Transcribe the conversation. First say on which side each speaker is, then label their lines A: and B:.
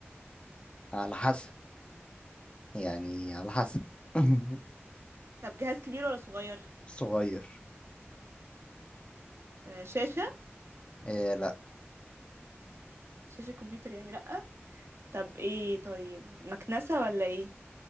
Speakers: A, on the left; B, on the right.
A: على حسب يعني على حسب <laughs>
B: طب جهاز كبير ولا صغير
A: صغير
B: آه، شاشه
A: إيه لا
B: شاشة كمبيوتر يعني لأ طب ايه طيب مكنسة ولا ايه